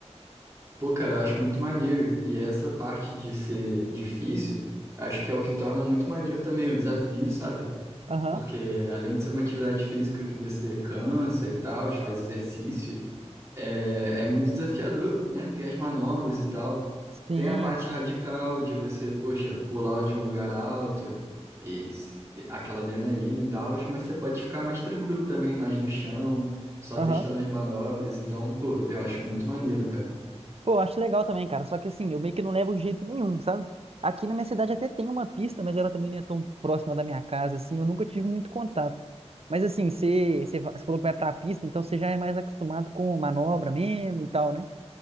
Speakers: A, on the right (about 25°); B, on the right (about 60°).
A: pô, cara, eu acho muito maneiro. E essa parte de ser difícil, acho que é o que torna muito maneiro também o desafio, sabe?
B: Aham.
A: Porque além de ser uma atividade física que você cansa e tal, faz exercício, é, é muito desafiador, né? Tem as manobras e tal.
B: Sim,
A: Tem a parte
B: sim.
A: radical de você, poxa, pular de um lugar alto e s- e aquela adrenalina e tal, mas você pode ficar mais tranquilo também, mais no chão, só
B: Aham.
A: testando as manobras. Então, pô, eu acho muito maneiro, cara.
B: Pô, eu acho legal também, cara. Só que assim, eu meio que não levo jeito nenhum, sabe? Aqui na minha cidade até tem uma pista, mas ela também não é tão próxima da minha casa, assim. Eu nunca tive muito contato. Mas assim, você você va- você falou que vai pra pista, então você já é mais acostumado com manobra mesmo e tal, né?